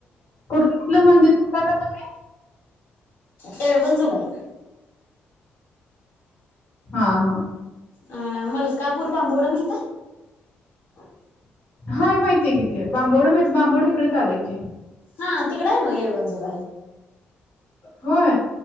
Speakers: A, on the left; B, on the left.
A: कुठलं मंदिर <unintelligible> तुम्ही?
B: येळवन जुगाई.
A: हा हा.
B: अ मलकापूर बांबोवडं माहीत आहे?
A: हाय माहितीय किती बांबोवडं माहित बांबोवडे इकडच आल की
B: हा तिकडे आहे मग येळवन जुगाई.
A: होय.